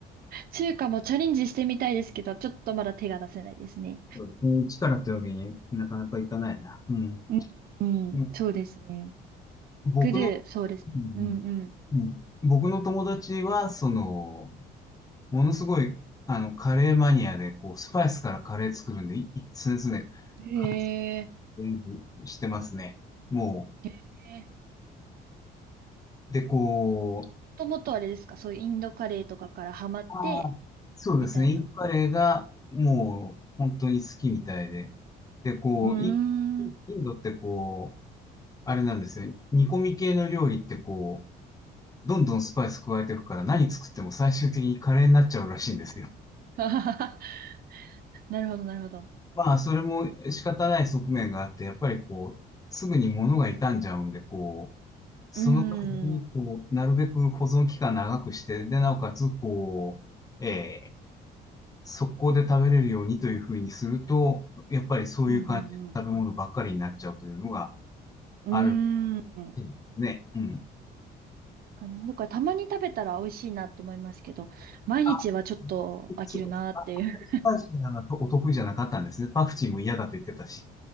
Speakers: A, on the right; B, on the left.
A: 中華もチャレンジしてみたいですけど、ちょっとまだ手が出せないですね。
B: そうですね。一からというわけになかなかいかないな。うん。
A: うん、うんそうですね。
B: うん僕の、
A: グルー、そうですね。
B: うんうんうん僕の友達は、
A: うんう
B: その、ものすごい、あの、カレーマニアで、こう、スパイスからカレー作るんで、い常々、
A: ん。へえ。
B: カレーしてますね。も
A: へえ
B: う、で、こう、
A: もともとあれですか、そういうインドカレーとかからハマって、
B: ああ、そうですね。
A: みたいな。
B: インドカレーがもう本当に好きみたいで。で、こう、
A: うー
B: イン、
A: ん。
B: インドってこう、あれなんですよ。煮込み系の料理ってこう、どんどんスパイス加えていくから何作っても最終的にカレーになっちゃうらしいんですよ。
A: <laughs> なるほど、なるほど。
B: まあ、それも仕方ない側面があって、やっぱりこう、すぐに物が傷んじゃうんで、こう、
A: うーん。
B: その前に、
A: うん
B: こう、なるべく保存期間長くして、で、なおかつ、こう、ええ速攻で食べれるようにというふうにすると、やっぱりそういう感じの食べ物ばっかりになっちゃうというのが
A: うんうん。
B: ある
A: うーん。
B: らしいんですね。うん。
A: かだからたまに食べたら美味しいなと思いますけど、毎日はちょっと飽きるなっていう。
B: あ、そうか、か。あんまりスパイシーなのがお得意じゃなかったんですね。パクチーも嫌だと言ってたし。